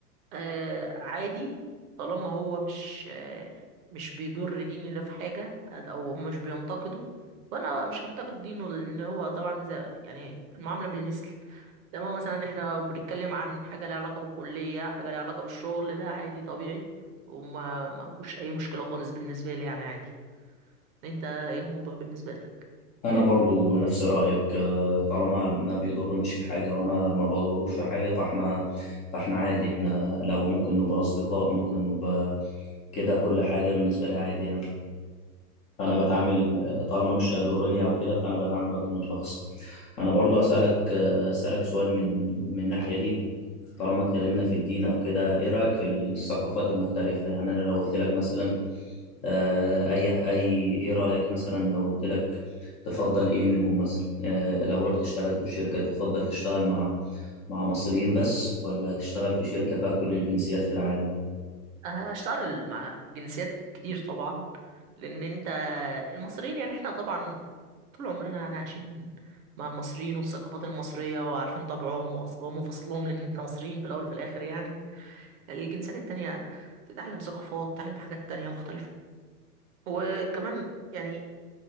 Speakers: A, on the right; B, on the left.
A: آه عادي طالما هو مش آه مش بيضر ديني ده في حاجة أو مش بينتقده وأنا مش هنتقد دينه لأن هو طبعا زي يعني المعاملة بالمثل لما مثلا احنا بنتكلم عن حاجة ليها علاقة بالكلية حاجة ليها علاقة بالشغل ده عادي طبيعي وما ما فيهوش أي مشكلة خالص بالنسبة لي يعني عادي أنت إيه الموضوع بالنسبة لك؟
B: انا برضو نفس رايك آه، طالما ما بيضرنيش في حاجه وانا ما بضروش في حاجه فاحنا فاحنا عادي احنا لو ممكن نبقى اصدقاء ممكن نبقى كده كل حاجه بالنسبه لي عادي يعني انا
A: طب
B: بتعامل طالما مش هيضرني او كده فانا بتعامل وكأنه شخص انا برضو اسالك اسالك سؤال من من الناحيه دي طالما اتكلمنا في الدين او كده ايه رايك في الثقافات المختلفه يعني انا لو قلت لك مثلا آه، اي اي ايه رايك مثلا لو قلت لك تفضل ايه منهم مثلا آه، لو رحت اشتغلت في شركه تفضل تشتغل مع مع مصريين بس ولا تشتغل في شركه فيها كل الجنسيات في العالم
A: هشتغل مع جنسيات كتير طبعا لأن أنت المصريين يعني احنا طبعا طول عمرنا يعني عايشين مع المصريين والثقافات المصرية وعارفين طبعهم وأصلهم وفصلهم لأن احنا مصريين في الأول وفي الآخر يعني يعني الجنسيات التانية تتعلم ثقافات تتعلم حاجات تانية مختلفة وكمان يعني